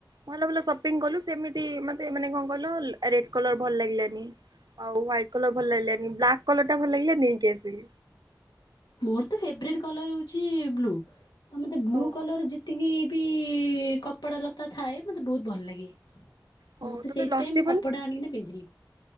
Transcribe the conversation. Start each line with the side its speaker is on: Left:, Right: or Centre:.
Right: ଭଲ ଭଲ ସପିଙ୍ଗ କଲୁ ସେମିତି ମୋତେ ମାନେ କଣ କଲ ରେଡ କଲର ଭଲ ଲାଗିଲାନି। ଆଉ ହ୍ୱାଇଟ କଲର ଭଲ ଲାଗିଲାନି ବ୍ଲାକ୍ କଲର ଟା ଭଲ ଲାଗିଲା ନେଇକି ଆସିଲି।
Left: ମୋର ତ ଫେବରଟ କଲର ହଉଛି ବ୍ଲୁ ତ ମତେ ବ୍ଲୁ
Right: ଓହୋ
Left: କଲର ଯେତିକି ବି କପଡ଼ା ଲତା ଥାଏ ମତେ ବହୁତ ଭଲ ଲାଗେ।
Right: ହଉ
Left: ମତେ
Right: ତୋତେ
Left: ସେଇଥିପାଇଁ
Right: ଲସି
Left: ମୁଁ କପଡ଼ା ଆଣିକି ପିନ୍ଧିଲି।